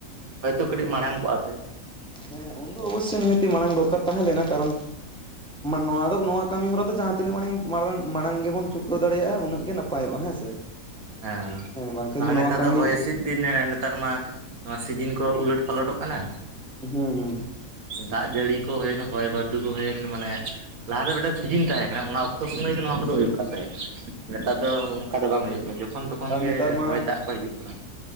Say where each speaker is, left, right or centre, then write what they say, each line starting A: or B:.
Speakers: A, on the right; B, in the centre.
A: ᱦᱚᱭᱛᱳ ᱠᱟᱹᱴᱤᱡ ᱢᱟᱲᱟᱝ ᱠᱚᱜᱼᱟ ᱥᱮ
B: ᱦᱮᱸ ᱦᱮᱸ ᱩᱱᱫᱚ ᱚᱵᱚᱥᱥᱳᱭ ᱱᱤᱦᱟᱹᱛᱤ ᱢᱟᱲᱟᱝ ᱫᱚᱨᱠᱟᱨ ᱛᱟᱦᱮᱸ ᱞᱮᱱᱟ ᱠᱟᱨᱚᱱ ᱱᱚᱣᱟ ᱫᱚ ᱱᱚᱣᱟ ᱠᱟᱹᱢᱤ ᱦᱚᱨᱟ ᱫᱚ ᱡᱟᱦᱟᱸ ᱛᱤᱱᱟᱹᱜ ᱢᱟᱲᱟᱝ ᱢᱟᱨᱟᱝ ᱢᱟᱲᱟᱝ ᱜᱮᱵᱚᱱ ᱪᱩᱠᱟᱹᱣ ᱫᱟᱲᱮᱭᱟᱜᱼᱟ ᱩᱱᱟᱹᱜ ᱜᱮ ᱱᱟᱯᱟᱭᱚᱜᱼᱟ ᱦᱮᱸ ᱥᱮ <inaudible>
A: ᱦᱮᱸ
B: ᱵᱟᱝᱠᱷᱟᱱ
A: ᱞᱟᱦᱟ
B: ᱡᱮ ᱱᱚᱣᱟ
A: ᱱᱮᱛᱟᱨ
B: ᱠᱟᱹᱢᱤ
A: ᱫᱚ ᱦᱚᱭ ᱦᱤᱥᱤᱫ ᱫᱤᱱ ᱱᱮᱛᱟᱨ ᱢᱟ ᱱᱚᱣᱟ ᱥᱤᱡᱤᱱ ᱠᱚ ᱩᱞᱟᱹᱴ ᱯᱟᱞᱚᱴᱚᱜ ᱠᱟᱱᱟ
B: ᱦᱩᱸ
A: ᱫᱟᱜ ᱡᱟᱹᱲᱤ ᱠᱚ ᱦᱩᱭᱮᱱ ᱦᱚᱭ ᱵᱟᱹᱨᱰᱩ ᱠᱚ ᱦᱩᱭᱮᱱ ᱢᱟᱱᱮ ᱞᱟᱦᱟᱛᱮ ᱢᱤᱫᱴᱮᱱ ᱥᱤᱡᱤᱱ ᱛᱟᱦᱮᱸ ᱠᱟᱱᱟ ᱚᱱᱟ ᱚᱠᱛᱚ ᱥᱚᱢᱚᱭ ᱜᱮ ᱱᱚᱣᱟ ᱠᱚᱫᱚ ᱦᱩᱭᱩᱜ ᱠᱟᱱ ᱛᱟᱦᱮᱸ ᱠᱟᱱᱟ ᱱᱮᱛᱟᱨ
B: ᱦᱩᱸ
A: ᱫᱚ ᱚᱱᱠᱟ ᱫᱚ ᱵᱟᱝ ᱦᱩᱭᱩᱜ ᱠᱟᱱᱟ ᱡᱚᱠᱷᱚᱱ ᱛᱚᱠᱷᱚᱱ
B: ᱟᱨ
A: ᱜᱮ
B: ᱱᱮᱛᱟᱨ ᱢᱟ
A: ᱦᱚᱭ ᱫᱟᱜ ᱠᱚ ᱦᱤᱡᱩᱜ ᱠᱟᱱᱟ